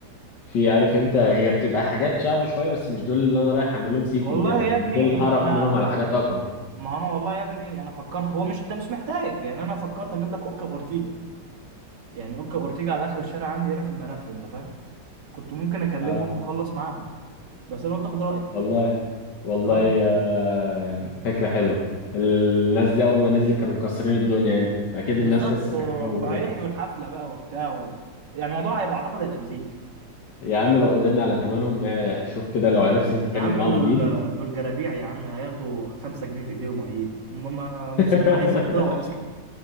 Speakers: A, on the left; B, on the right.
A: في عارف انت هي بتبقى حاجات شعبي شويه بس مش دول اللي انا رايح اعمل لهم سيكينج
B: والله
A: يعني
B: يا
A: انا
B: ابني
A: دول هعرف
B: انا
A: منهم على حاجات اكبر
B: ما انا والله يا ابني انا فكرت هو مش انت مش محتاج يعني انا فكرت اجيب لك اوكا اورتيجا يعني اوكا اورتيجا على اخر الشارع عندي هنا في الملف انت فاهم كنت ممكن اكلمهم
A: اه
B: واخلص معاهم بس انا قلت اخد رايك
A: والله والله
B: اه
A: آه فكره حلوه الناس دي اول ما نزلت كانوا مكسرين الدنيا يعني اكيد
B: بالظبط
A: الناس لسه
B: و-
A: فاكراهم وكده
B: وهيحيوا الحفله بقى وبتاع و... يعني الموضوع هيبقى اعتقد هيبقى لذيذ
A: يا عم لو قدرنا على ثمنهم آه، شوف كده لو عرفت انت تعمل
B: يا عم
A: معاهم
B: دول
A: ديل
B: دول جرابيع يا عم هياخدوا خمسة جنيه في ايديهم وهيجوا هم ما مش
A: <laughs>
B: ما هيصدقوا اصلا